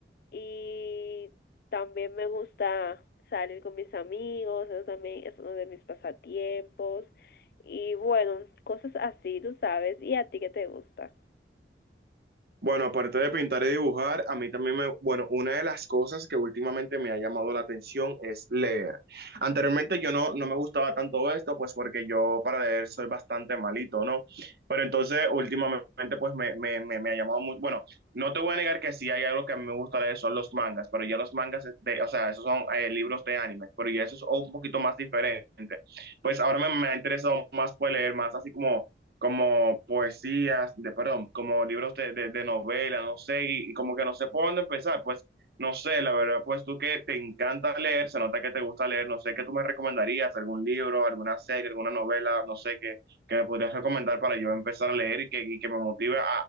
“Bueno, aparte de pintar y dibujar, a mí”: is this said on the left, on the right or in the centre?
Right